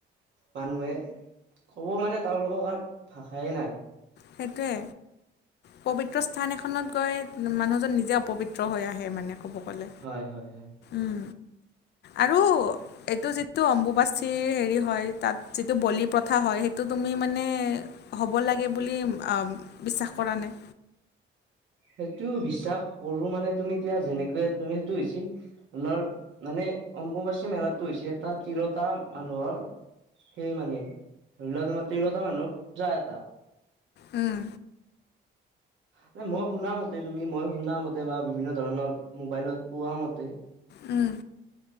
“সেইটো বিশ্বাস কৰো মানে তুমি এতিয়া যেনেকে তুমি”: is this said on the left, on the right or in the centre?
Right